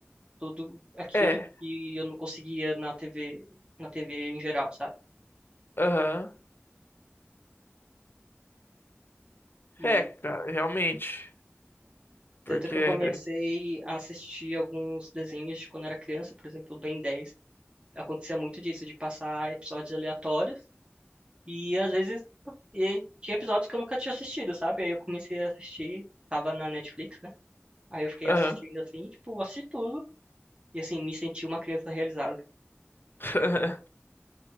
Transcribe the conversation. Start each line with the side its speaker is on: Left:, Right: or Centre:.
Right: tudo aquilo
Left: É,
Right: que eu não conseguia na TV, na TV em geral, sabe?
Left: aham.
Right: E
Left: É, cara, realmente.
Right: tanto
Left: Porque.
Right: que eu comecei a assistir alguns desenhos de quando era criança, por exemplo, Ben dez, Acontecia muito disso, de passar episódios aleatórios E às vezes e tinha episódios que eu nunca tinha assistido, sabe? Aí eu comecei a assistir, tava na Netflix, né? Aí eu fiquei
Left: Aham.
Right: assistindo assim, tipo, assisti tudo. E assim, me senti uma criança realizada.
Left: <laughs>